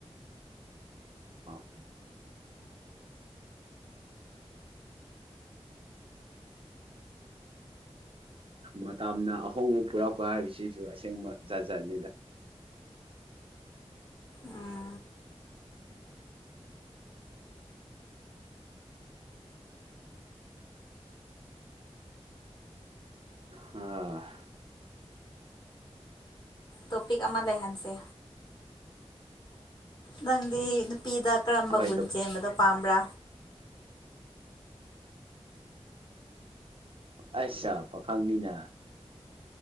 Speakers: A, on the right; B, on the left.
A: ꯑ ꯃꯇꯝꯅ ꯑꯍꯣꯡꯕ ꯄꯨꯔꯛꯄ ꯍꯥꯏꯕꯁꯤꯁꯨ ꯑꯁꯦꯡꯕ ꯖꯥꯖꯠꯅꯤꯗ
B: ꯎꯝ
A: ꯍꯥ
B: ꯇꯣꯄꯤꯛ ꯑꯃ ꯂꯩꯍꯟꯁꯦ ꯅꯪꯗꯤ ꯅꯨꯄꯤꯗ ꯀꯔꯝꯕ
A: ꯍꯣꯏ
B: ꯒꯨꯟ ꯆꯦꯟꯕꯗꯣ ꯄꯥꯝꯕ꯭ꯔꯥ
A: ꯑꯩꯁꯥ ꯄꯥꯈꯪ ꯃꯤꯅ